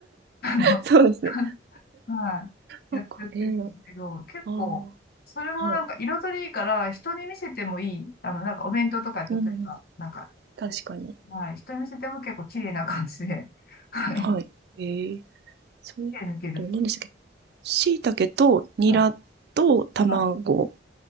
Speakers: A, on the left; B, on the right.
A: <laughs> あの、
B: <laughs> そうですね。
A: <laughs> はい、
B: そっか、
A: やっちゃってるんですけど、
B: ええ
A: 結構、
B: あ
A: それもなんか彩りいいから、
B: あ、はい。
A: 人に見せてもいい。あの、なんかお弁当とか、例えば、
B: うん、
A: なんか、
B: 確かに。
A: はい、人に見せても結構綺麗な感じで、<laughs> はい、
B: はい。ええそう、
A: 手抜けるってい
B: え何でしたっけ椎茸とニラと卵
A: う。はい、はい、